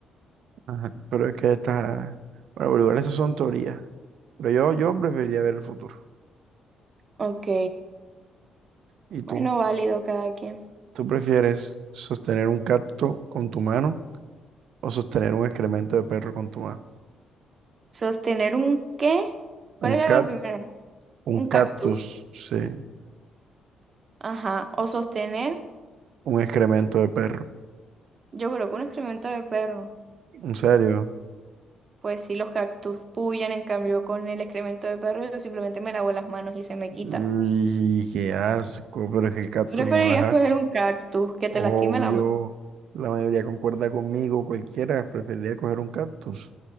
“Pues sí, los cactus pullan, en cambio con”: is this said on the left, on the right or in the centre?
Right